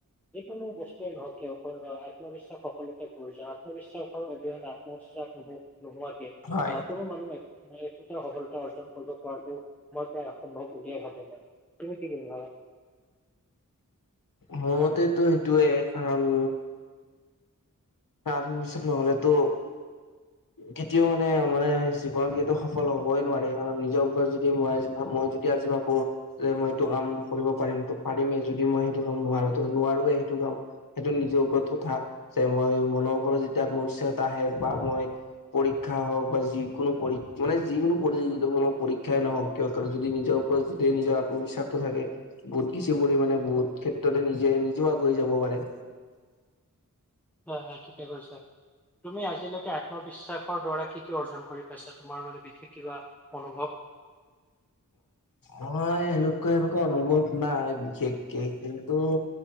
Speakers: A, in the centre; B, on the left.
A: যিকোনো বস্তুৱেই নহওক কিয় <unintelligible> আত্মবিশ্বাস সকলো <unintelligible> আত্মবিশ্বাসৰ অবিহনে আত্মবিশ্বাস নোহো - নোহোৱাকে আ
B: হয়
A: কোনো মানুহ এক একোতে সফলতা অৰ্জন কৰিব পৰাটো মই প্ৰায় অসম্ভৱ বুলিয়ে ভাবো মই। তুমি কি বুলি ভাবা?
B: মোৰ মতেটো সিটোৱে কাৰণ আত্মবিশ্বাস নহলেতো কেতিয়াও মানে - মানে জীৱনত কেতিয়াও সফল হবই নোৱাৰে কাৰণ নিজৰ ওপৰত যদি মই <unintelligible> যদি আজি ভাবো যে মই এইটো কাম কৰিব পাৰিম ত' পাৰিমে, যদি মই সেইটো কাম নোৱাৰো ত' নোৱাৰোৱে। সেইটো টো কাম সেইটো নিজৰ ওপৰত কথা, যে মই মনৰ ওপৰত যেতিয়া আত্মবিশ্বাস এটা আহে বা মই পৰীক্ষা হওক বা যিকোনো পৰি মানে যিকোনো প্ৰতিযোগিতা মূলক পৰীক্ষাই নহওক কিয় যদি নিজৰ ওপৰত যদি নিজৰ আত্মবিশ্বাসটো থাকে বহুত কিছু পৰিমাণে বহুত ক্ষেত্ৰতে নিজে নিজেও আগুৱাই যাব পাৰে।
A: হয় হয়, ঠিকে কৈছা। তুমি আজিলৈকে আত্মবিশ্বাস সৰ দ্বাৰা কি কি অৰ্জন কৰি পাইছা? তোমাৰ মানে বিশেষ কিবা অনুভৱ?
B: মই এনেকুৱা এনেকুৱা অনুভৱ নাই বিশেষকে কিন্তু